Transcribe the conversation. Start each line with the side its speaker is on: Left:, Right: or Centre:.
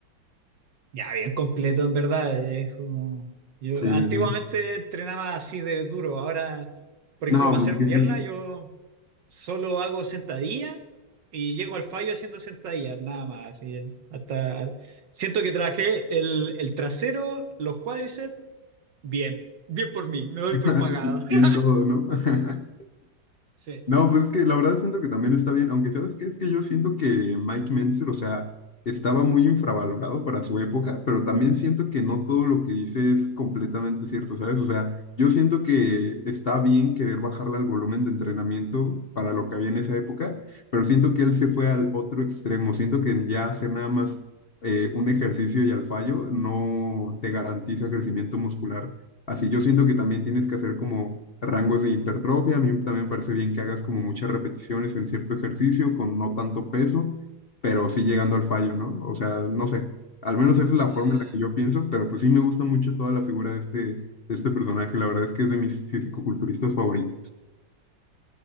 Right: ya bien completo en verdad. Es como. Yo
Left: Sí,
Right: antiguamente
Left: sí, sí.
Right: entrenaba así de duro. Ahora, por
Left: No,
Right: ejemplo, para
Left: pues
Right: hacer
Left: que
Right: pierna,
Left: sí.
Right: yo solo hago sentadilla y llego al fallo haciendo sentadillas, nada más. Así, hasta siento que trabajé el, el trasero, los cuádriceps, bien, bien por mí, me doy
Left: <laughs>
Right: por pagado. <laughs>
Left: Y en todo, ¿no? <laughs>
Right: Sí.
Left: No, pues es que la verdad siento que también está bien, aunque ¿sabes qué? Es que yo siento que Mike Mentzer, o sea, estaba muy infravalorado para su época, pero también siento que no todo lo que dice es completamente cierto, ¿sabes? O sea, yo siento que está bien querer bajarle al volumen de entrenamiento para lo que había en esa época, pero siento que él se fue al otro extremo, siento que ya hacer nada más eh, un ejercicio y al fallo no te garantiza crecimiento muscular. Así yo siento que también tienes que hacer como rangos de hipertrofia. A mí también me parece bien que hagas como muchas repeticiones en cierto ejercicio con no tanto peso, pero sí llegando al fallo, ¿no? O sea, no sé, al menos esa es la
Right: eh,
Left: forma en la que yo pienso, pero pues sí me gusta mucho toda la figura de este, de este personaje. La verdad es que es de mis fisicoculturistas favoritos.